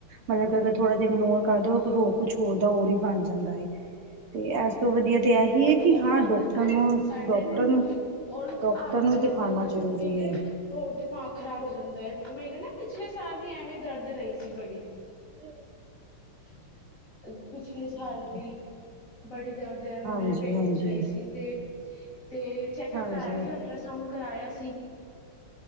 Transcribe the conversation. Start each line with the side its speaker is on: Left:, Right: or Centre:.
Right: ਮਤਲਬ ਕਿ
Left: ਹਾਂ
Right: ਅਗਰ ਥੋੜਾ ਜਾ ਇਗਨੋਰ ਕਰਦਾ ਰੋ ਕੁਛ ਹੋਰ ਦਾ ਹੋਰ ਈ ਬਣ ਜਾਂਦਾ ਏ। 'ਤੇ ਐਸ ਤੋਂ ਵਧੀਆ 'ਤੇ ਐਹੀ
Left: ਬਹੁਤ
Right: ਏ ਕਿ ਹਾਂ
Left: ਬਣ
Right: ਡਾਕਟਰ
Left: ਜਾਂਦਾ
Right: ਨੂੰ,
Left: ਸਾਡੇ
Right: ਡਾਕਟਰ
Left: ਮੈਨੂੰ
Right: ਨੂੰ,
Left: ਔਰ
Right: ਡਾਕਟਰ
Left: ਆਲੇ
Right: ਨੂੰ
Left: ਦੁਆਲੇ
Right: ਦਿ ਖਾਣਾ
Left: ਗੱਲਾਂ ਸੁਣ
Right: ਜ਼ਰੂਰੀ
Left: ਕੇ ਤੇ
Right: ਏ।
Left: ਹੋਰ ਦਿਮਾਗ ਖ਼ਰਾਬ ਹੋ ਜਾਂਦਾ ਏ ਮੇਰੇ ਨਾ ਪਿਛਲੇ ਸਾਲ ਵੀ ਐਵੇਂ ਦਰਦ ਰਈ ਸੀ ਬੜੀ।
Right: <inaudible>
Left: <inaudible> ਪਿਛਲੇ ਸਾਲ
Right: ਹੈ
Left: ਵੀ, ਬੜੀ ਦਰਦ ਐਵੇਂ
Right: ਹਾਂਜੀ
Left: ਮੇਰੇ ਪੇਂਟ
Right: ਹਾਂਜੀ
Left: 'ਚ ਰਈ ਸੀ। ਤੇ, ਤੇ ਚੈੱਕਅਪ
Right: ਹਾਂਜੀ
Left: ਕਰਾਇਆ ਸੀ, ਅਲਟਰਾਸਾਊਡ ਕਰਾਇਆ ਸੀ।